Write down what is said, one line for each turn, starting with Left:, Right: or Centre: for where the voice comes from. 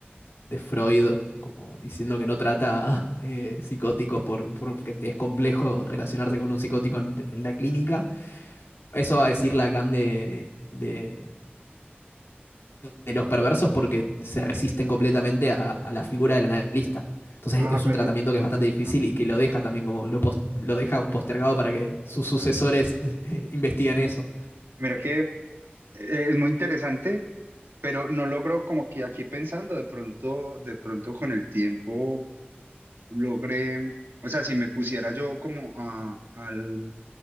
Left: de Freud, como diciendo que no trata eh, psicóticos por, porque es complejo relacionarse con un psicótico en, en la clínica, eso va a decir Lacan de, de de los perversos porque se resisten completamente a, a la figura del analista. Entonces
Right: Ah,
Left: es
Right: pero
Left: un tratamiento que es bastante difícil
Right: ajá.
Left: y que lo deja también como lo, pos- lo deja postergado para que sus sucesores <laughs> investiguen eso.
Right: Mira que eh, es muy interesante pero no logro como que aquí pensando, de pronto, de pronto con el tiempo logré, o sea, si me pusiera yo como a, al-